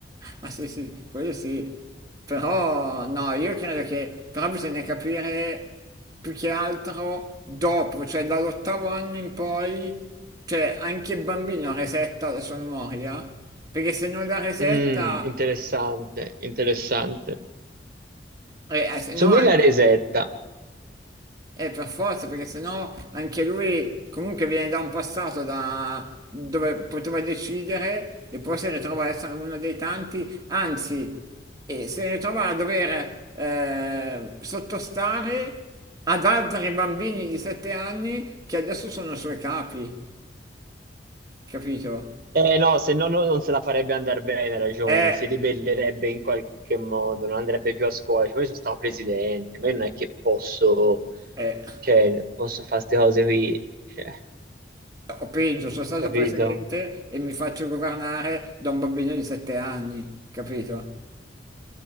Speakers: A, on the right; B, on the right.
A: Ah sì sì, quello sì. Però no, io credo che però bisogna capire più che altro dopo, cioè dall'ottavo anno in poi, cioè anche il bambino resetta la sua memoria, perché se non la resetta,
B: Mm, interessante, interessante.
A: eh, eh, se
B: Somiglia
A: no anche...
B: a Resetta.
A: Eh, per forza, perché sennò anche lui comunque viene da un passato da dove poteva decidere e poi si ritrova a essere uno dei tanti, anzi, e si ritrova a dover eh, sottostare ad altri bambini di sette anni che adesso sono i suoi capi, capito?
B: Eh no, se no no- non se la farebbe andare bene, hai ragione,
A: Eh,
B: si ribellerebbe in qualche modo, non andrebbe più a scuola, cioè, io sono stato presidente, ma io non è che posso,
A: eh,
B: cioè, posso fare queste cose qui, cioè,
A: o peggio, sono stato
B: capito?
A: presidente e mi faccio governare da un bambino di sette anni, capito?